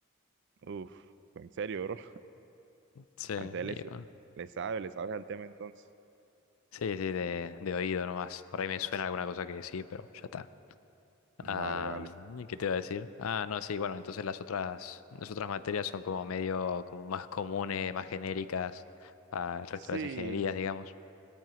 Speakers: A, on the right (about 60°); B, on the left (about 85°).
A: Uf, en serio, bro.
B: Sí, y
A: Antes le,
B: bueno,
A: le sabe, le sabes al tema entonces.
B: Sí, sí, de, de oído nomás. Por ahí me suena alguna cosa que sí, pero ya está.
A: Vale,
B: Ah,
A: vale.
B: ¿y ¿qué te iba a decir? Ah, no, sí, bueno, entonces las otras, las otras materias son como medio, como más comunes, más genéricas al resto
A: Sí,
B: de las ingenierías, digamos.